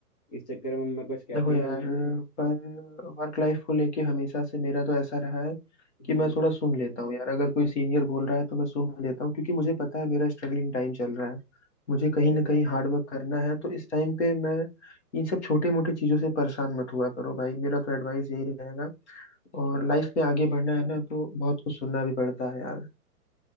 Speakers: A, on the left (about 25°); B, on the left (about 45°).
A: इस चक्कर में मैं कुछ कहता
B: देखो यार
A: नहीं हूँ
B: पर वर्क लाइफ को लेके हमेशा से मेरा तो ऐसा रहा है
A: हम्म
B: कि मैं थोड़ा सुन लेता हूँ यार अगर कोई सीनियर बोल रहा है तो मैं सुन लेता हूँ क्योंकि मुझे पता है मेरा स्ट्रगलिंग टाइम चल रहा है मुझे कहीं
A: सही
B: ना
A: बात
B: कहीं हार्ड
A: है
B: वर्क करना है तो इस टाइम पे मैं इन सब छोटे मोटे चीजों से परेशान मत हुआ करो भाई मेरा तो एडवाइस यही रहेगा
A: अच्छा
B: और लाइफ में आगे बढ़ना है ना तो बहुत कुछ सुनना भी पड़ता है यार